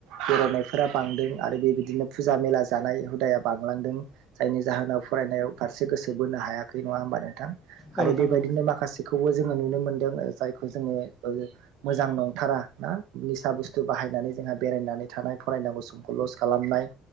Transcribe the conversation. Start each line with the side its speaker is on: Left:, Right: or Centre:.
Right: बेरायनायफोरा बांदों आरो बेबायदिनो फुजा मेला जानाय हुदाया बांलांदों जायनि जाहोनाव फरायनायाव फारसे गोसो बोनो हायाखै नङा होमबा नोंथां
Centre: औ
Right: आरो
Centre: नोंथां
Right: बेबायदिनो
Centre: औ नोंथां औ
Right: माखासे बेबो जोङो नुनो मोनदों जायखौ जोङो मोजां नंथारा ना निसा बुस्थु बायहाय नानै जोंहा बेरायनानै थानाय फरायनांगौ समखौ लस खालामनाय